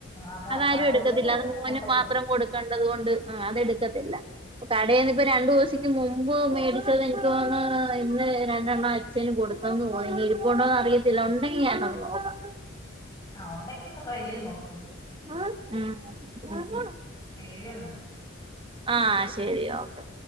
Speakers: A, on the left; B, on the right.
A: അതാ
B: അതാരും
A: കടയിൽന്ന്
B: എടുക്കത്തില്ല
A: മേടിക്കുന്ന
B: അത് മോന്
A: മുട്ടയ്ക്ക്
B: മാത്രം കൊടുക്കേണ്ടത് കൊണ്ട് അത് എടു ത്തില്ല കടേന്ന് ഇപ്പോ രണ്ടു ദിവസിക്ക് മുമ്പ് മേടിച്ചത് എനിക്ക് തോന്നുന്ന് ഇന്ന് രണ്ടെണ്ണം അച്ഛന് കൊടു ഇങ്ങളന്ന് പോ ഇനി ഇരിപ്പ ഉണ്ടോന്ന് അറിയത്തില്ല ഉണ്ടെങ്കി ഞാനൊന്ന് നോക്കാം
A: ആ ഉണ്ടെങ്കില് ഒന്ന് ട്രൈ ചെയ്ത് നോക്ക്
B: ഉം ഉം
A: ശരിന്നാ
B: ആ ശരി ഓക്കെ